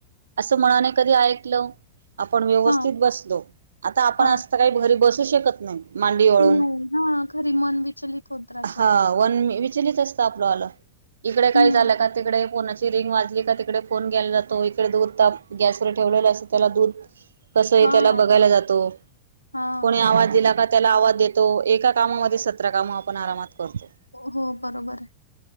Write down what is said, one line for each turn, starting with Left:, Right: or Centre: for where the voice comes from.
Right: असं मनाने कधी ऐकलं? आपण व्यवस्थित
Left: हां,
Right: बसलो. आता आपण
Left: हां.
Right: आस काही घरी बसू शकत नाही. मांडी वळून,
Left: नाही. हां, घरी मन विचलित होत राहतं.
Right: हा वन विचलित अस त आपल वाल. इकडे काही
Left: हं.
Right: झालं का? तिकडे कुणाचं रिंग वाजली का तिकडे फोन घ्यायला जातो. इकडे दूध ताप गॅस वर ठेवलेला असत त्याला दूध कसंय
Left: हां,
Right: त्याला बघायला जातो?
Left: हां.
Right: कोणी आवाज दिला का त्याला आवाज देतो? एका कामामध्ये सतरा काम आपण आरामात करतो.
Left: हो हो बरोबर हाय.